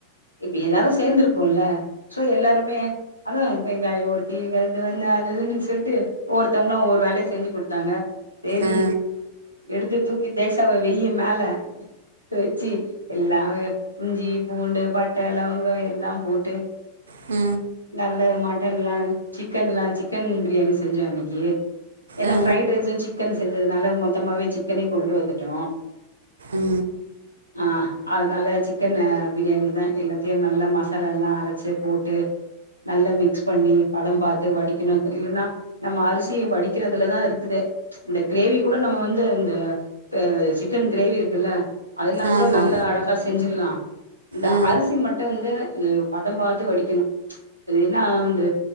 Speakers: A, on the left; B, on the right.
A: இப்ப எல்லாரு சேர்ந்துருக்கோல்ல சோ எல்லாருமே அத ஒரு வெங்காயோ ஒரு கீர அது இதுனு சொல்ட்டு ஒவ்வருத்தவங்க ஒரு வேலய செஞ்சு கொடுத்தாங்க சேரி
B: ஆ
A: எடுத்து தூக்கி தேஸாவ வெய்யு மேல வெச்சு எல்லா இஞ்சி பூண்டு பட்ட ளவங்க எல்லா போட்டு
B: உ
A: நல்ல மட்டன்ல்லா சிக்கன்ல்லா சிக்கன் பிரியாணி செஞ்சோ அன்னைக்கு ஏன்னா
B: ஆ
A: ஃப்ரைட் ரைஸு சிக்கனு செஞ்சதுனால மொத்தமாவே சிக்கனே கொண்டு வந்துட்டோ
B: உ
A: அ அதுனால சிக்கனு பிரியாணிதா எல்லாத்தையு நல்லா மசாலால்லா அரைச்சு போட்டு நல்லா மிக்ஸ் பண்ணி பதம் பாத்து வடிக்கணு இல்லைன்னா நம்ம அரிசி வடிக்கறதுலதா இருக்குதே இந்த கிரேவி கூட நம்ம வந்து இந்த சிக்கன் கிரேவிருக்குல்ல அதுல்லா கூட
B: ஆமா
A: நல்ல அழகா செஞ்சிட்லா இந்த
B: ஆ
A: அரிசி மட்டு வந்து அது பத பாத்து வடிக்கணு அதுன்னா வந்து